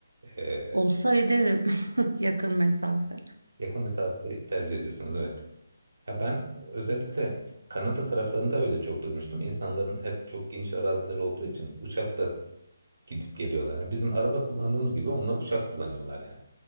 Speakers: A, on the right; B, on the right.
A: E,
B: Olsa ederim <laughs> yakın mesafe.
A: yakın mesafede tercih ediyorsunuz evet. Ya ben özellikle Kanada taraflarında öyle çok duymuştum. İnsanların hep çok geniş arazileri olduğu için uçakla gidip geliyorlar. Yani Bizim araba kullandığımız gibi onlar uçak kullanıyorlar yani.